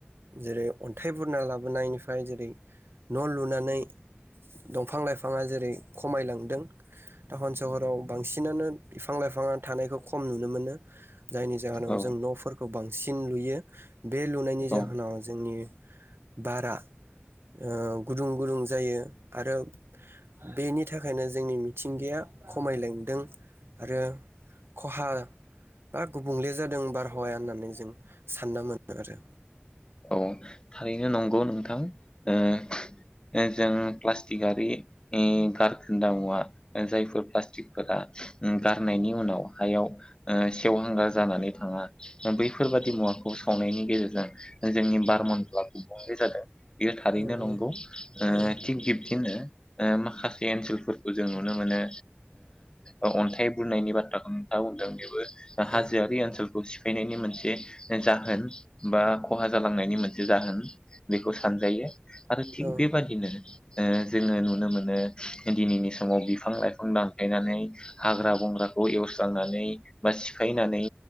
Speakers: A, on the right; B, on the left.
A: जेरै अन्थाइ बुरना लाबोनायनि फ्राय जेरै न' लुनानै दंफां लाइफाङा जेरै खमायलांदों टाउन सहराव बांसिनानो बिफां लाइफाङा थानायखौ खम नुनो मोनो जाहोनाव
B: औ
A: जों न'फोरखौ बां सिन लुयो बे लुनायनि
B: औ
A: जाहोनाव जोंनि बारा ओ गुदुं गुदुं जायो आरो बेनि थाखायनो जोंनि मिथिंगाया खमायलांदों आरो खहा बा गु बुंले जादों बारहावाया होननानै जों सानना मोनो आरो
B: औ थारैनो नंगौ नोंथां ओ जों प्लास्टिकारि उम गारखोन्दा मुवा ओ जायफोर प्लास्टिकफोरा उम गारनायनि उनाव हायाव ओ सेवहांगार जानानै थाङा बैफोरबादि मुवाखौ सावनायनि गेजेरजों जोंनि बार मडला गुबुंले जादों बेयो थारैनो
A: औ
B: नंगौ
A: औ
B: थिग ओ बिब्दिनो ओ माखासे ओनसोलफोरखौ जों नुनो मोनो ओ अन्थाइ बुरनायनि बाथ्राखौ नोंथाङा बुंदों बे
A: औ
B: हाजोआरि ओनसोलखौ फैनायनि मोनसे जाहोन बा खहा जालांनायनि मोनसे जाहोन बेखौ सानजायो आरो थिग
A: औ
B: बेबादिनो जोङो नुनो मोनो दिनैनि समाव बिफां लाइफां दानफ्लेनानै हाग्रा बंग्राखौ एवस्रांनानै बा सिफायनानै